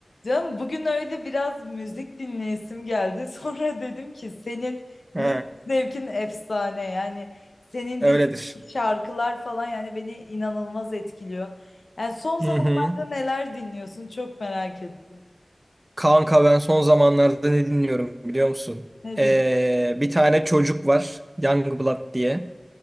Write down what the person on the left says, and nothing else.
Canım bugün öyle biraz müzik dinleyesim geldi. <laughs> Sonra dedim ki senin
müzik zevkin efsane yani senin
dinlediğin şarkılar falan yani beni inanılmaz etkiliyor. Yani son zamanlarda
neler dinliyorsun çok merak ettim.
Ne
dinliyorsun?